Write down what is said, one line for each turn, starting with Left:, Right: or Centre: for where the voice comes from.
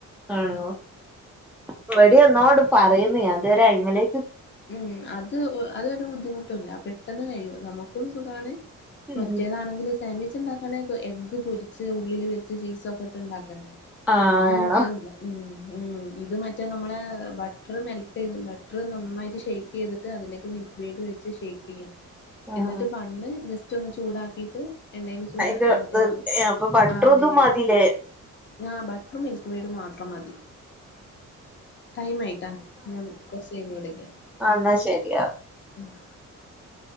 Centre: ആണോ അ വട എന്നോട് പറയുന്ന അതുവരെ അങ്ങനെ
Left: ഉം അത് അതൊരു ബുദ്ധിമുട്ടില്ല പെട്ടെന്ന് കഴിയോ നമുക്ക സുഖമാണ് മറ്റേതാണെങ്കിൽ
Centre: ഉം
Left: സാൻഡ്വിച്ച് ഉണ്ടാക്കണെങ്ക എഗ് പൊരിച്ച് ഉള്ളിൽ വെച്ച് ചീസൊ ഒക്കെ ഇട്ട്ണ്ടാ
Centre: ആഹ്
Left: ഇത് പിന്നെ
Centre: വേണോ
Left: ഒന്നല്ല ഉ ഉം ഇത് മറ്റേ നമ്മളെ ബട്ടറ് മെൽട്ട് ചെയ്ത് ബട്ടർ നന്നായിട്ട് ഷെയ്ക്ക് ചെയ്ത് ട്ട് അതിലേക്ക് മിൽക്ക് ബേഡ് വെച്ച് ഷേക്ക് ചെയ്യാം
Centre: ആഹ്
Left: എന്നിട്ട് പണ്ണ് ജസ്റ്റ് ഒന്ന് ചൂടാക്കിയിട്ട് എണ്ണൽ ചൂട
Centre: അയിന്റെ
Left: മറ്റേ
Centre: ഇത് അപ്പൊ ബട്ടറും
Left: ആ നെയ
Centre: ഇതും മതിലേ
Left: ആ ബട്ട്റും മിൽക്ക് മെയഡ് മാത്രം മതി ടൈം ആയിട്ടാ ഞാൻ കുറച്ച് കഴിഞ്ഞ് വിളിക്ക
Centre: ആ ന്നാ ശെരിയാ ഓ
Left: <inaudible>